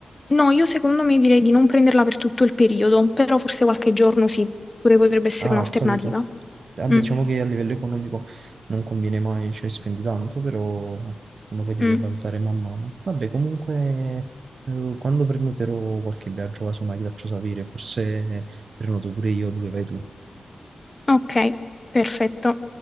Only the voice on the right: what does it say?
Ah,
ho capito. Vabbè,
diciamo che a livello economico non conviene mai, cioè spendi tanto, però uno poi deve
valutare man mano. Vabbè, comunque, eh, quando prenoterò qualche viaggio, casomai ti faccio sapere, forse prenoto pure io dove vai tu.